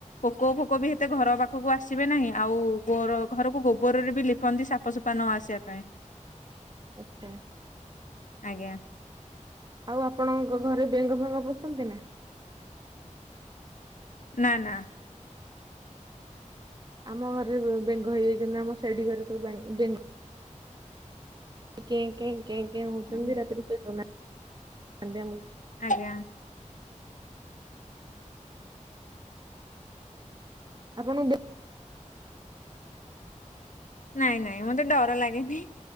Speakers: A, on the left; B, on the right.
A: ପୋକ ଫୋକ ବି ଏତେ ଘର ପାଖକୁ ଆସିବେ ନାହିଁ ଆଉ ଘରକୁ ଗୋବରରେ ବି ଲିପନ୍ତି ସାପସ ନ ଆସିବା ପାଇଁ।
B: ଆଚ୍ଛା।
A: ଆଜ୍ଞା।
B: ଆଉ ଆପଣଙ୍କ ଘରେ ବେଙ୍ଗ ଫେଙ୍ଗ ପସନ୍ତି ନା।
A: ନା ନା।
B: ଆମ ଘରେ ବେଙ୍ଗ ହେଇଯାଇଛନ୍ତି, ଆମ ସେଢୀ ଘରେ ସବୁ ବେ ଙ୍ଗ କେଁ କେଁ। କେଁ କେଁ ହଉଛନ୍ତି
A: ଆଜ୍ଞା
B: ରାତିରେ ସୋଇଦଉ ନାହାଁନ୍ତି ଆମକୁ।
A: ଆଜ୍ଞା
B: ଆପଣଙ୍କୁ
A: ନାଇଁ ନାଇଁ ମତେ ଡର ଲାଗେନି।